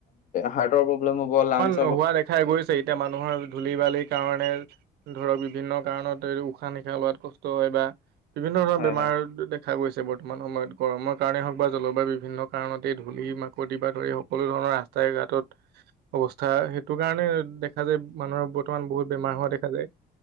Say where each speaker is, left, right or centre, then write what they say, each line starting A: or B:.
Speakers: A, on the left; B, on the right.
A: হাৰ্টৰ পব্লেম হব লাঞ্চ,
B: নোহোৱা দেখাই গৈছে এতিয়া মানুহৰ ধূলি বালিৰ কাৰণে, ধৰক বিভিন্ন কাৰণত উশাহ নিশাহ লোৱাত কষ্ট হয় বা বিভিন্ন ধৰণৰ
A: হয়
B: বেমাৰ
A: হয়
B: দেখা গৈছে বৰ্তমান সময়ত গৰমৰ কাৰণেই হওক বা জলবায়ু বিভিন্ন কাৰণতে ধূলি মাকতি বা ধৰি সকলো ধৰণৰ ৰাস্তা, তাই গা টোত, অৱস্থা সেইটো কাৰণে দেখা যায় মানুহৰ বৰ্তমান বহুত বেমাৰ হোৱা দেখা যায়।